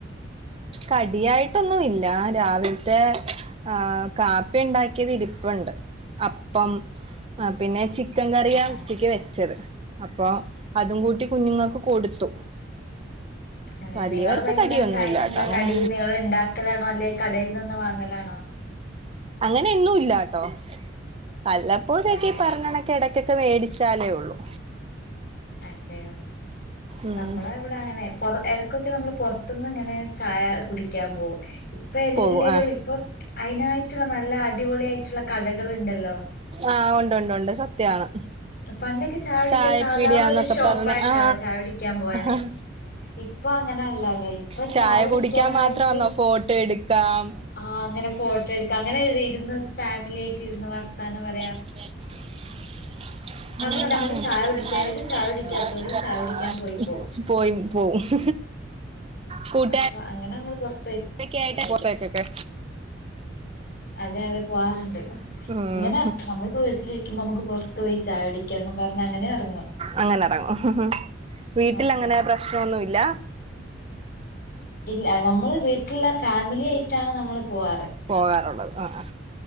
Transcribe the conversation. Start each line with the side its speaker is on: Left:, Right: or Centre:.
Right: കടിയായിട്ടൊന്നുല്ല. രാവിലത്തെ ആ കാപ്പി ഇണ്ടാക്കിയത് ഇരിപ്പുണ്ട് അപ്പം പിന്നെ ചിക്കൻ കറിയാ
Left: ആഹ് ആഹ്
Right: ഉച്ചക്ക് വെച്ചത് അപ്പൊ അതും കൂട്ടി കുഞ്ഞുങ്ങക്ക് കൊടുത്തു.
Left: അതെ
Right: വലിയവർക്ക്
Left: നിങ്ങള് വൈകുന്നേരം
Right: കടിയൊന്നുമില്ലാട്ടോ
Left: ചായക്ക എന്താ
Right: അങ്ങനെ
Left: കടി നിങ്ങൾ ഉണ്ടാക്കലാണോ അല്ലെ കടയിൽ നിന്ന് വാങ്ങലാണോ?
Right: അങ്ങനെന്നുംല്ലാട്ടോ, വല്ലപ്പോഴൊക്കെ
Left: അതെ
Right: പറഞ്ഞണ- എടക്കൊക്കെ വേടിച്ചാലേ ഒള്ളൂ.
Left: അതെയോ,
Right: ഉം
Left: നമ്മളെ. ഇവിടെ അങ്ങനെ, പൊ ഇടക്കൊക്കെ നമ്മള് പൊറ്ത് ന്ന് ങ്ങനെ ചായ കുടിക്കാ പോവും. ഇപ്പൊ എല്ലരും
Right: പോകും ആ
Left: ഇപ്പൊ അയിനായിട്ടുള്ള നല്ല അടിപൊളിയായിട്ടുള്ള കടകൾ ണ്ടല്ലോ?
Right: ആഹ്, ഉണ്ട്, ഉണ്ട്, ഉണ്ട്. സത്യാണ്.
Left: പണ്ടൊക്കെ ചായുടിക്കാൻ
Right: ചായപ്പീടിയാന്നൊക്കെ
Left: സാധാ ഒരു ഷോപ്പായിണ്ടാവ
Right: പറഞ്ഞ് ആ
Left: ചായ ടിക്കാൻ പോവാന്.
Right: ആ
Left: ഇപ്പൊ അങ്ങനെല്ലല്ലോ ഇപ്പൊ
Right: ചായ
Left: ചാടിക്കാന
Right: കുടിക്കാൻ മാത്രാന്നോ
Left: ആയിട്ട്.
Right: ഫോട്ടോ എടുക്കാം
Left: ആഹ അങ്ങനെ ഫോട്ടോ എടുത് അങ്ങനെ ഇരുന്ന് ഫാമിലി ആയിട്ട് ഇന്ന് വർത്താനം പറയാ.
Right: <unintelligible> അങ്ങനെ
Left: തന്നെ
Right: കാണുമ്പോ,
Left: ചായ
Right: നമുക്ക്
Left: കുടിക്കാൻ
Right: ചായു
Left: ഏത്
Right: ടിക്ക
Left: ചായ കുടിക്കാത്തോലും
Right: ചായുടിക.
Left: ചായ കുടിക്കാൻ പോയി
Right: <unintelligible>
Left: പോവും
Right: പോയിം പോവും. <inaudible>
Left: <inaudible>
Right: ഫുട്ടാൻ.
Left: അപ്പൊ അങ്ങനെ നമ്മൾ പൊർത്.
Right: തകെ ആയിട്ട്. പുറത്തേക്കക്കെ.
Left: അതെ അതെ പോവാാറുണ്ട്
Right: ഉം
Left: ഇങ്ങനെ നമ്മളിപ്പോ വീട്ടില്. ന്ന്‌ നമുക്ക് പൊർത്ത് പോയി ചായ കു ടിക്ക എന്ന് പറഞ്ഞ അങ്ങനെ ർങ്ങും.
Right: അങ്ങന ഇറങ്ങും. <inaudible> വീട്ടിൽ
Left: അതെ
Right: അങ്ങനെ പ്രശ്നൊന്നു ഇല്ല.
Left: ഇല്ല. നമ്മള് വീട്ടിൽള്ള ഫാമിലി ആയിട്ടാണ് നമ്മള് പൂവാറ്.
Right: പോകാറുള്ളത് ആആ.